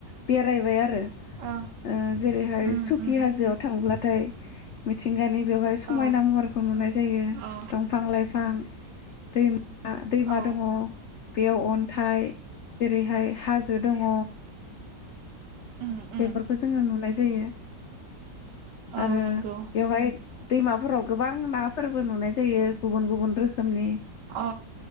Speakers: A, on the left (about 75°); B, on the right (about 80°).
A: बेरायबाय आरो
B: अ
A: ओ जेरैहाय
B: उम
A: सुकि
B: उम
A: हाजोआव थांब्ला नाथाय मिथिंगानि बेवहाय समायना
B: औ
A: महारखौ नुनाय जायो
B: अ
A: दंफां लाइफां, दै आ दैमा
B: औ
A: दङ बेयाव अन्थाइ जेरैहाय हाजो दंह
B: उम उम
A: बेफोरखौ जोङो नुनाय जायो
B: औ
A: आरो
B: नंगौ
A: बेवहाय दैमाफोराव गोबां नाफोरबो नुनाय जायो गुबुन गुबुन रोखो माने
B: औ